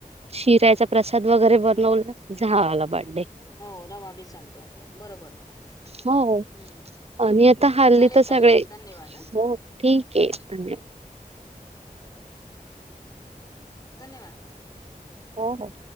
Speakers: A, on the right (about 45°); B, on the left (about 25°).
A: शिऱ्याचा प्रसाद वगैरे बनवला झाला बड्डे
B: हो रवा बी चालतो आपला बरोबर हम्म
A: हो आणि आता हल्ली
B: चालेल
A: तर
B: ताई
A: सगळे
B: मग
A: हो
B: धन्यवाद हा
A: ठीक आहे धन्यवाद
B: धन्यवाद
A: हो हो